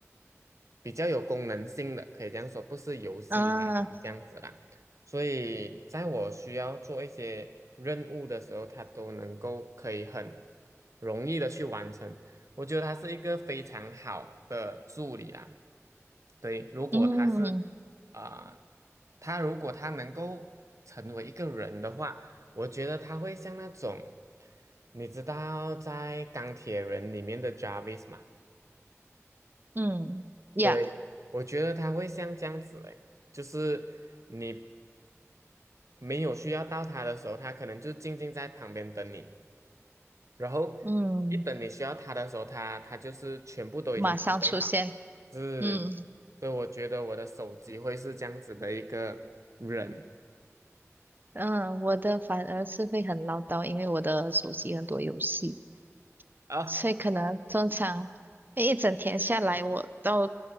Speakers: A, on the right (about 75°); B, on the right (about 40°).
A: 比较有功能性的，可以这样说，不是游戏啊嗯怎么这样子啦。
B: 啊，
A: 所以在我需要做一些任务的时候，它都能够可以很容易的去完成。我觉得它是一个非常好的助理啦。对，如果他是
B: 嗯
A: 啊、他如果他能够成为一个人的话，我觉得他会像那种，你知道在钢铁人里面的 Jarvis 吗？
B: 嗯呀，
A: 对，我觉得他会像这样子诶，就是你没有需要到他的时候，他可能就静静在旁边等你，然后
B: 嗯，
A: 一等你需要他的时候，他他就是全部都已经准备好。
B: 马上出现。
A: 是，
B: 嗯
A: 对，我觉得我的手机会是这样子的一个人
B: 嗯，我的反而是会很唠叨，因为我的手机很多游戏。
A: 啊，
B: 所以可能通常一整天下来，我都